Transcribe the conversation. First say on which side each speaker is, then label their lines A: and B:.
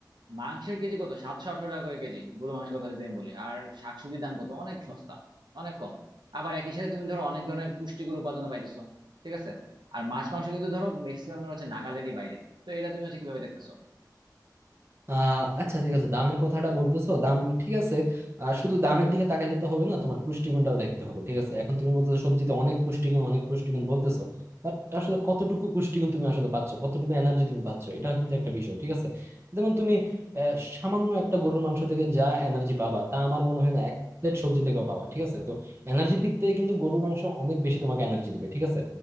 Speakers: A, on the right; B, on the right.
A: মাংসের কেজি কত সাতশো আঠারো টাকা করে কেজি গরু মাংসের কথা যদি আমি বলি আর শাকসবজির দাম কত অনেক সস্তা অনেক কম আবার একই সাথে তুমি ধরো অনেক ধরনের পুষ্টিকর উপাদান পাইতেছো ঠিক আছে আর মাছ মাংস কিন্তু ধরো ম্যাক্সিমাম হচ্ছে নাগালেরই বাইরে তো এটা তুমি হচ্ছে কিভাবে দেখতেছো
B: আহ আচ্ছা ঠিক আছে দামের কথাটা বলতেছো দাম ঠিক আছে আহ, শুধু দামের দিকে তাকাইলে তো হবে না তোমার পুষ্টিগুণটাও দেখতে হবে ঠিক আছে এখন তুমি বলতেছো সবজিতে অনেক পুষ্টিগুণ অনেক পুষ্টিগুণ বলতেছো বাট আসলে কতটুকু পুষ্টিগুণ তুমি আসলে পাচ্ছ কতটুকু এনার্জি তুমি পাচ্ছ এটা কিন্তু একটা বিষয় ঠিক আছে যেমন তুমি আহ, সামান্য একটা গরুর মাংস থেকে যা এনার্জি পাবা তা আমার মনে হয় না এক প্লেট সবজি থেকেও পাবা ঠিক আছে তো এনার্জির দিক থেকে কিন্তু গরুর মাংস অনেক বেশি তোমাকে এনার্জি দিবে ঠিক আছে